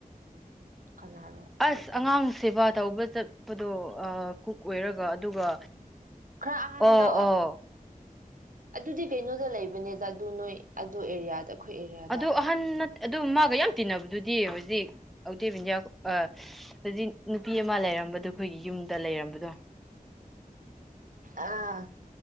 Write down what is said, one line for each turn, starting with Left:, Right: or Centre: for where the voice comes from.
Right: ꯀꯅꯥꯔꯣ
Centre: ꯑꯁ
Right: ꯀꯣꯀꯣꯏꯕ
Centre: ꯑꯉꯥꯡ ꯁꯦꯕꯥ ꯇꯧꯕ ꯆꯠꯄꯗꯣ ꯀꯨꯛ ꯑꯣꯏꯔꯒ ꯑꯗꯨꯒ
Right: ꯈꯔ ꯑꯍꯟꯗ
Centre: ꯑꯣ ꯑꯣ
Right: ꯑꯗꯨꯗꯤ ꯀꯩꯅꯣꯗ ꯂꯩꯕꯅꯦꯗ ꯑꯗꯨ ꯅꯣꯏ ꯑꯗꯨ ꯑꯦꯔꯤꯌꯥꯗ ꯑꯩꯈꯣꯏ ꯑꯦꯔꯤꯌꯥꯗ
Centre: ꯑꯗꯨꯗ ꯑꯍꯟ ꯑꯗꯨ ꯃꯥꯒ ꯌꯥꯝ ꯇꯤꯟꯅꯕꯗꯨꯗꯤ ꯍꯧꯖꯤꯛ ꯑꯇꯦꯕ ꯏꯟꯗꯤꯌꯥ ꯍꯧꯖꯤꯛ ꯅꯨꯄꯤ ꯑꯃ ꯂꯩꯔꯝꯕꯗꯣ ꯑꯩꯈꯣꯏꯒꯤ ꯌꯨꯝꯗ ꯂꯩꯔꯝꯕꯗꯣ
Right: ꯑꯥ